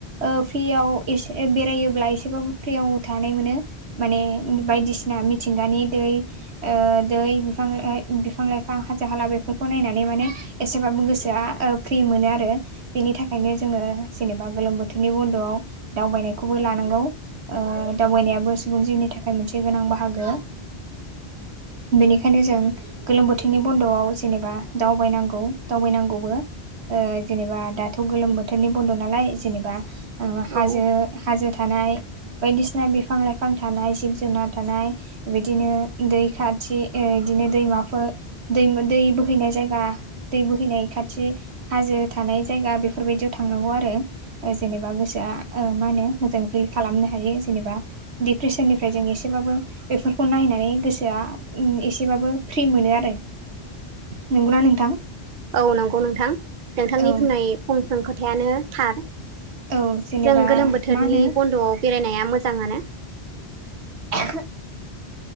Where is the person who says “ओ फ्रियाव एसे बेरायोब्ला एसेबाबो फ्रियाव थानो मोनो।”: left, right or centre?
Right